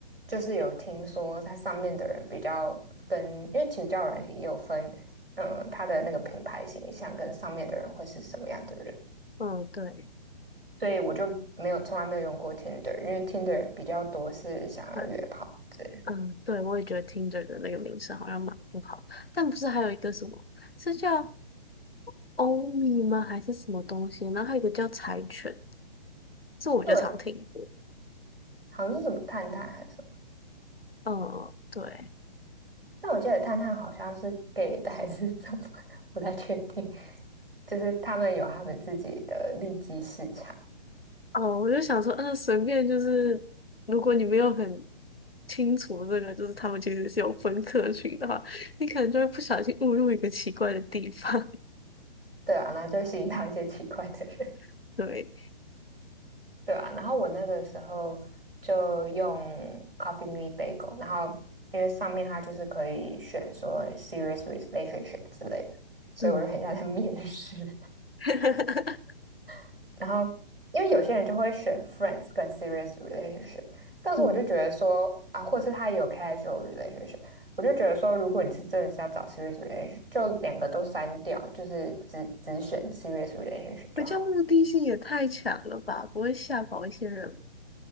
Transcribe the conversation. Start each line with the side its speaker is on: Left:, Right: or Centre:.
Right: 就是有听说它上面的人比较跟，因为其实交友软体也有分。嗯，他的那个品牌形象跟上面的人会是什么样的人，
Left: 嗯，对，
Right: 所以我就没有从来没有用过 Tinder，因为 Tinder 比较多是想要约炮之类的。
Left: 还嗯，对，我也觉得听着的那个名声好像蛮不好，但不是还有一个什么是叫欧米吗？还是什么东西？然后还有一个叫柴犬，这我就常听过。
Right: 对，好像是什么探探还是什么，
Left: 嗯，对，
Right: 但我记得探探好像是 gay 的还是什么，<laughs> 不太确定。就是他们有他们自己的利基市场，
Left: 哦，我就想说，嗯，随便就是，如果你没有很清楚这个，就是他们其实是有分科群的话，你可能就会不小心误入一个奇怪的地方。
Right: 对啊，那就吸引到一些奇怪的人。
Left: <laughs> 对。
Right: 对啊，然后我那个时候就用 Coffee Me Bagel，然后因为上面它就是可以选说 serious relationship 之类的，所以我就很像在面试。
Left: 嗯 <laughs>
Right: <laughs> 然后因为有些人就会选 friends 跟 serious relationship，但是我就觉得说啊，
Left: 嗯，
Right: 或是他也有 casual relationship，我就觉得说，如果你是真的是要找 serious relationship，就两个都删掉，就是只只选 serious relationship
Left: 可这样目的性也太强了吧？
Right: 就好。
Left: 不会吓跑一些人吗？